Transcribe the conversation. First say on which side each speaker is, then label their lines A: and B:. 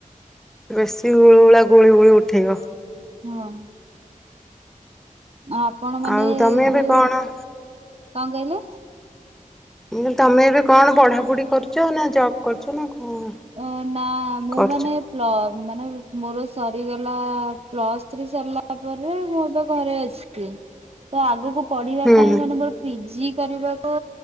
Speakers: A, in the centre; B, on the right (about 45°).
A: ବେଶୀ ଗୁଳୁ ଗୁଳା ଗୁଳି ଗୁଳି ଉଠେଇବ।
B: ହଁ। ଆଉ ଆପଣ ମାନେ
A: ଆଉ
B: ଏ
A: ତମେ ଏବେ
B: ଯୋଉ,
A: କଣ
B: କଣ କହିଲେ?
A: ମୁଁ କହିଲି ତମେ ଏବେ କଣ ପଢ଼ାପଢ଼ି କରୁଚ ନା ଜବ କରୁଚ ନା କଣ?
B: ଓ ନା ମୁଁ
A: କରୁଛ
B: ମାନେ ପ୍ଲ ମାନେ ମୋର ସରିଗଲା ପ୍ଲସ୍ ଥ୍ରୀ ସରିଲା ପରେ ମୁଁ ଏବେ ଘରେ ଅଛି। ତ ଆଗକୁ ପଢିବା
A: ହୁଁ
B: ପାଇଁ ମାନେ ମୋର ପିଜି କରିବାକୁ